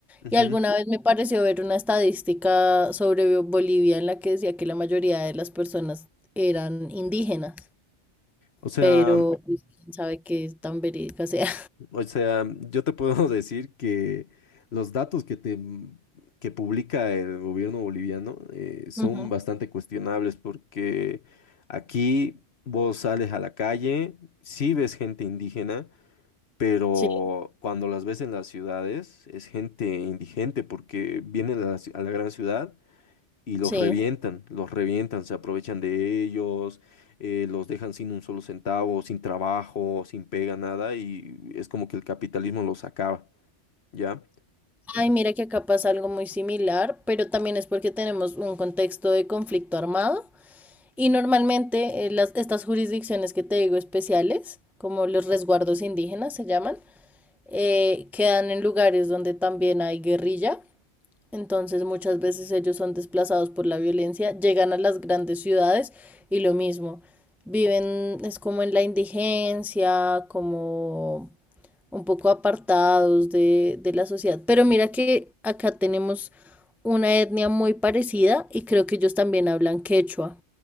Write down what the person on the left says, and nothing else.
Ujú.
O sea,
o sea, yo te puedo <laughs> decir que los datos que te que publica el gobierno boliviano eh,
son
bastante cuestionables porque aquí vos sales a la calle, sí ves gente indígena, pero
cuando las ves en las ciudades es gente indigente porque vienen a la ci- a la gran ciudad y los
revientan, los revientan, se aprovechan de ellos, eh, los dejan sin un solo centavo, sin trabajo, sin pega, nada, y es como que el capitalismo los acaba, ¿ya?